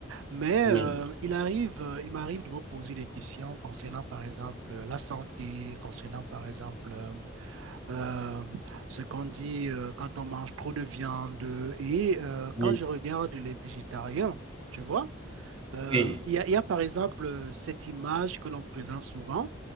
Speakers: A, on the right; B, on the right.
A: Mais
B: oui,
A: euh, il arrive, euh, il m'arrive de me poser des questions concernant, par exemple, euh, la santé, concernant, par exemple, euh, euh, ce qu'on dit euh, quand on mange trop de viande. Et euh,
B: oui,
A: quand je regarde les végétariens, tu vois, euh,
B: oui,
A: il y a, il y a, par exemple, euh, cette image que l'on présente souvent.